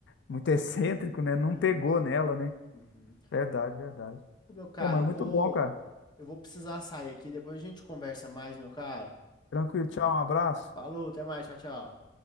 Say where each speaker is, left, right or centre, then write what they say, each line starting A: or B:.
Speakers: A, on the left (about 60°); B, on the left (about 20°).
A: muito <laughs> excêntrico, né? Não
B: isso.
A: pegou nela, né?
B: Uhum.
A: Verdade, verdade.
B: Ô, Meu caro,
A: Pô, mas
B: eu
A: muito
B: vou,
A: bom, cara.
B: eu vou precisar sair aqui, depois a gente conversa mais, meu caro.
A: Tranquilo, tchau, um abraço.
B: Falou, até mais, tchau, tchau.